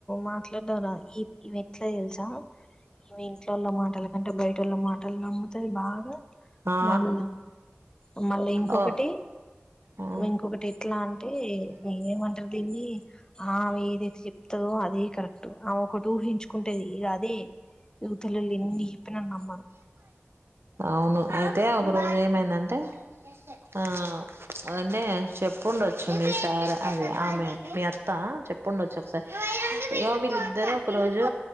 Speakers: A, on the left (about 20°); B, on the right (about 70°).
A: మాట్లాడం రాదు ఈ ఈ ఏట్లా తెలుసా ఈమె ఇంట్లోళ్ళ మాటల కంటే బయటళ్ళ మాటలు నమ్ముతది బాగా
B: ఆ
A: మళ్ళా మళ్ళా ఇంకొకటి
B: ఓ ఉమ్
A: ఇంకొకటి ఎట్లా అంటే ఏమంటారు దీన్ని ఆమె ఏదైతే చెప్తదో అదే కరెక్ట్ ఆమె ఒకటి ఊహించుకుంటేది ఇక అదే ఇవతలొల్లు ఎన్ని చెప్పిన నమ్మదు
B: అవును అయితే ఒక రోజు ఏమైందంటే ఆ అదే చెప్పుండొచ్చు మీ సార్ అది ఆమె మీ అత్తా చెప్పండొచ్చు ఒకసారి యో వీళ్ళిద్దరు ఒక రోజు